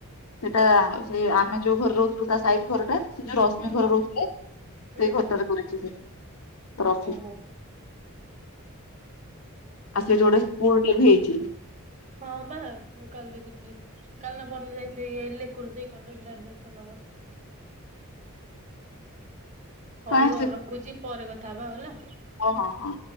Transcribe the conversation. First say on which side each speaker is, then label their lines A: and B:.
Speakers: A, on the left; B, on the right.
A: ସେଟା ସେଇ ଆମେ ଯୋଉ ଘରେ ରହୁଥିଲୁ ତା ସାଇଟ୍ ଘର ଟା। ସେ ଯୋଉ ରଶ୍ମି
B: ହୁଁ
A: ଘରେ
B: ହୁଁ
A: ରହୁଥିଲେ ସେଇ
B: ହୁଁ
A: ଘରଟାରେ କରିଚି ସେ ତ୍ରଫି।
B: ହଁ।
A: ଆଉ ସେଠି ଗୋଟେ
B: ହେଇ
A: ସ୍କୁଲ ଟେ ବି ହେଇଚି।
B: ହଁ ବା ମୁଁ କାଲି ଦେଖୁଥିଲି। କାଲି ନା ପର୍ ଦିନ ଯାଇଥିଲେ ଏଇ ଲେକୁ ର ସେଇ କଲେଜରେ ଆଡମିସନ ନବାତ ହଉ
A: କାହିଁ
B: ଆଉ ରଖୁଚି ପରେ କଥା ହବା ଆଉ ହେଲା।
A: ହଉ ହଁ ହଁ।